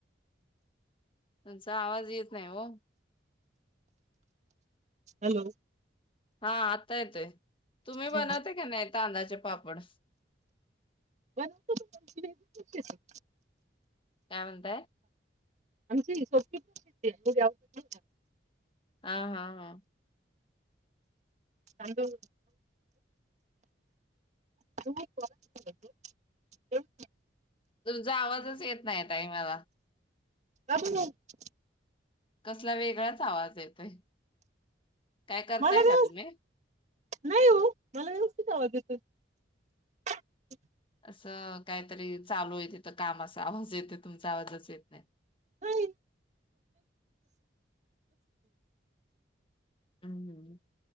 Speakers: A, on the left; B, on the right.
A: तुचा आवाज येत नाही हो
B: हॅलो
A: हा आता येतय तुम्ही बनवता
B: हा
A: का नाही तांद्याचे पापड
B: बनवतो पण आमची वेगळी प्रोसेस आहे.
A: कामंत
B: आमची सोपी पण
A: हा हा हा
B: तांदूळ तु ह
A: तुमचा आवाजच येत नाही टयमाला
B: <unintelligible>
A: कसला वेगळाच आवाज येतोय काय करताय
B: मला व्यव
A: का तुम्ही
B: नाही हो मला व्यवस्थितवा ज येतोय <inaudible>
A: असं ' कायतरी चालू हाय तिथं कामाचा आवाज येतोय, तुमचा आवाजच येतं नाय.
B: नाही.
A: अहं..